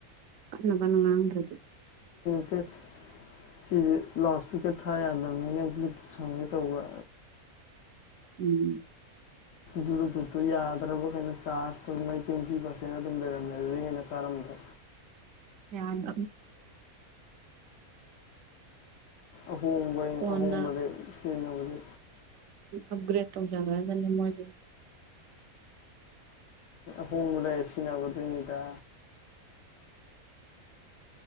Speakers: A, on the right; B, on the left.
A: ꯀꯠꯅꯕꯅ ꯉꯥꯡꯗ꯭ꯔꯗꯤ
B: ꯆꯁ ꯁꯤꯁ ꯂꯥꯁ ꯤꯀꯦꯠ ꯊꯥ ꯌꯥꯗꯕꯅꯤꯅ ꯕ꯭ꯂꯨꯨ ꯁꯪꯒꯦ ꯇꯧꯕ
A: ꯎꯝ
B: ꯖꯨꯨ ꯖꯨꯠꯇꯨ ꯌꯥꯗ꯭ꯔꯕ ꯀꯩꯅꯣ ꯆꯥꯔꯇ ꯃꯩꯀ ꯄꯤꯕꯁꯤꯅ ꯑꯗꯨꯝ ꯂꯩꯔꯝꯃꯦ ꯑꯗꯨ ꯍꯦꯟꯅ ꯀꯥꯔꯝꯗ꯭ꯔꯦ
A: ꯌꯥꯗ
B: ꯑꯍꯣꯡꯕ
A: ꯀꯣꯟꯅ
B: ꯑꯍꯣꯡꯕꯗꯩ ꯁꯤꯖꯤꯟꯅꯕꯗ
A: ꯑꯞꯒ꯭ꯔꯦꯠ ꯇꯧ ꯆꯔꯅꯤ ꯃꯖꯦ
B: ꯍꯣꯂ ꯑꯦꯁꯤꯅꯕ ꯇꯅꯤꯗ